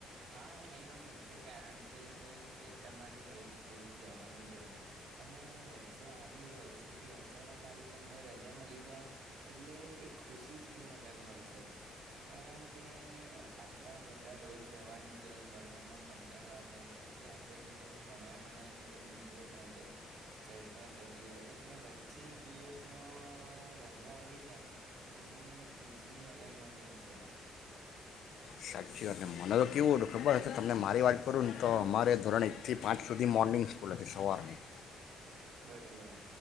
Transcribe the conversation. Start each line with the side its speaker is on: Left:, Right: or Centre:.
Right: હા એનું મુખ્ય કારણ <unintelligible> કે તમારે રોજ સ્કૂલે જવાનું અને વચ્ચે આવી એ વચ્ચે થી અચાનક આવી તમને રજા મળી જાય એટલે એ ખુશી જ કઈ અલગ હોય છે કારણ કે આટલા બધા રોજ જવાનું જ હોય ભણવામાં કંટાળો આવે કેમ કે આખો દિવસ ભણાય ભણાય કર મિત્રો સાથે ચર્ચા થતી હોય એટલે વચ્ચે એક દિવસનો રજા આવી જાય એટલે ખુશી <unintelligible> છે
Left: સાચી વાતલે મને તો કેવું હતું ખબર તમને મારી વાત કરું ને તો અમારે ધોરણ એક થી પાંચ સુધી મોર્નિંગ સ્કૂલ હતી સવારની
Right: બરાબર